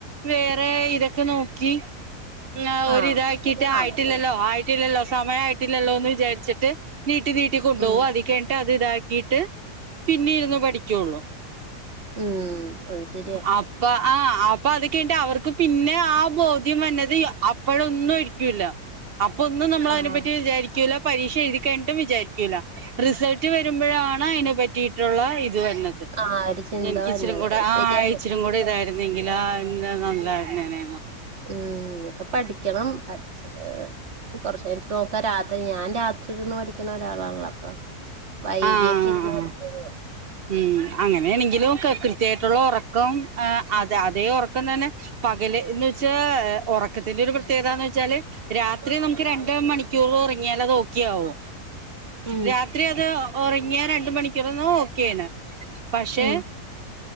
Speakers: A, on the right; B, on the right.
A: വേറെ ഇതൊക്കെ നോക്കി അല്ല ഒരിതാക്കിയിട്ട്
B: ആഹ് ശരിയാണ്
A: ആയിട്ടില്ലല്ലോ
B: അവര്
A: ആയി ട്ടില്ലല്ലോ സമയ ആയിട്ടില്ലല്ലോ എന്ന് വിചാരിച്ചിട്ട് നീട്ടി നീട്ടി കൊണ്ടോകും
B: ഉം
A: അത് കഴിഞ്ഞിട്ട് അത് ഇതാ ച്ചിട്ട് പിന്നെ ഇരുന്ന് പഠിക്കൊള്ളൂ
B: ഉം അത് ശരിയാ
A: അ അപ്പ ആ അപ്പൊ അത് കഴിഞ്ഞിട്ട് അവർക്ക് പിന്നെ ആ ബോധ്യം വന്നത് അപ്പഴൊന്നും ഇരിക്കൂല. അപ്പൊ ഒന്നും നമ്മൾ അതിനെ
B: ആഹ്
A: പറ്റി വിചാരിക്കില്ല പരീക്ഷ എഴുതി കഴിഞ്ഞിട്ടും വിചാരി റിസൾട്ട് വരുമ്പോഴാണ് അതിനെ പറ്റിയിട്ടുള്ള ഇത് വന്ന്.
B: ആ ഒരു ചിന്ത
A: എൻക്ക്
B: വന്നത്
A: ഇച്ചിരും കൂടെ
B: അത്
A: ആഹ്
B: ശരിയാണ്
A: അയച്ചി ച്ചുകൂടി ഇതായിരുന്നെങ്കിൽ ആ ഇന്ന് നല്ലായിരുന്നേനേ.
B: ഉം ഇപ്പ പഠിക്കണം പഠിച്ച് കുറച്ചു കഴിഞ്ഞിട്ട് നോക്കാ രാത്രി ഞാൻ രാത്രിന്ന് പഠിക്കണ ഒരാളാണല്ലോ അപ്പൊ വൈകിയക്കിരുന്ന്
A: ആ
B: <unintelligible>
A: ആ ഉം അങ്ങനെണെങ്കിൽ ഓക്കേ കൃത്യായിട്ടുള്ള ഒറക്കം അ അത അതേ ഒറക്കം തന്നെ പകല് എന്ന് വെച്ചാ ഒറക്കത്തിന്റെ ഒരു പ്രത്യേകതാന്ന് വെച്ചാല് രാത്രി നമുക്ക് രണ്ട് മണിക്കൂർ ഒറങ്ങിയാല് അത് ഓക്കെ ആവോ?
B: ഉം
A: രാത്രി അത് ഒറങ്ങിയ രണ്ട് മണിക്കൂർന്ന് ഓക്കേണ്. പക്ഷെ
B: ഉം